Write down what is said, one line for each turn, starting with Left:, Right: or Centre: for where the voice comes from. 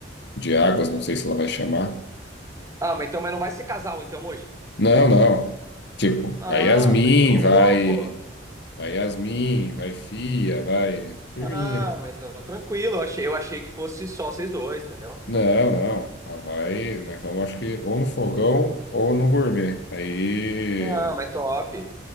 Left: de Águas, não sei se ela vai chamar.
Right: Ah, mas então, mas não vai ser casal então hoje?
Left: Não, não. Tipo,
Right: Ah,
Left: vai Yasmin,
Right: mas então eu
Left: vai,
Right: vou, pô.
Left: vai Yasmin, vai Fia, vai turminha.
Right: Ah, mas então tranquilo. Eu achei, eu achei que fosse só vocês dois, entendeu?
Left: né? Não, não. Ela vai, nós vamos acho que ou no fogão ou no gourmet. Aí,
Right: Ah, mas top.